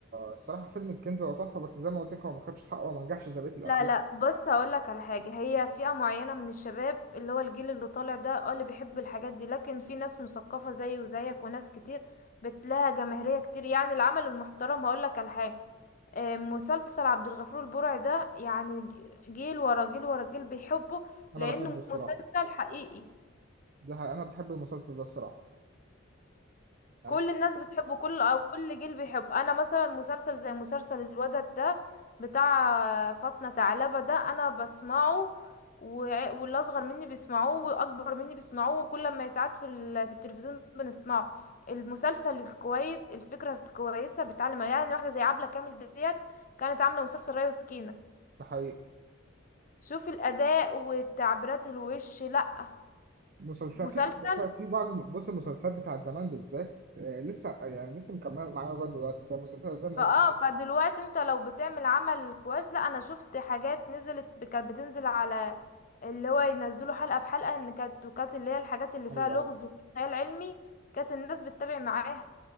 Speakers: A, on the right; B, on the left.
A: الصراحة فيلم الكنز هو تحفة بس زي ما قلت لك هو ما خدش حقه وما نجحش زي بقية الأفلام
B: لا لا بص هقولك على حاجه هي فئه معينه من الشباب اللي هو الجيل اللي طالع ده اه اللي بيحب الحاجات دي لكن في ناس مثقفه زيي وزيك وناس كتير بتلاقي جماهيريه كتير يعني العمل المحترم هقولك على حاجه آه، مسلسل عبد الغفور البرعي ده يعني جيل ورا جيل ورا جيل بيحبه
A: انا
B: لانه
A: بحبه الصراحه
B: مسلسل حقيقي
A: ده حقيقة. انا بحب المسلسل ده الصراحه يعني
B: كل
A: س-
B: الناس بتحبه كل او كل جيل بيحب انا مثلا مسلسل زي مسلسل الودد ده بتاع فاطمة ثعلبة ده انا بسمعه وع- واللي اصغر مني بيسمعوه واكبر مني بيسمعوه وكل ما يتعاد في ال- في التلفزيون بنسمعه المسلسل الكويس الفكرة الكويسة بتعلم يعني واحدة زي عبلة كامل ديت كانت عاملة مسلسل ريا وسكينة
A: ده حقيقي
B: شوفي الاداء وتعبيرات الوش لا
A: مسلسل
B: مسلسل
A: في مسلسلات في بعض الم- بص المسلسلات بتاعت زمان بالذات آه لسه يعني لسه مكمله معايا لغايه دلوقتي زي مسلسل زي ما
B: فاه
A: قلت لك.
B: فدلوقتي انت لو بتعمل عمل كويس لا انا شفت حاجات نزلت ب- كانت بتنزل على اللي هو ينزلوا حلقة بحلقة ان كانت وكانت اللي هي الحاجات اللي فيها
A: ايوه
B: لغز
A: ايوه
B: وفي خيال علمي كانت الناس بتتابع معاها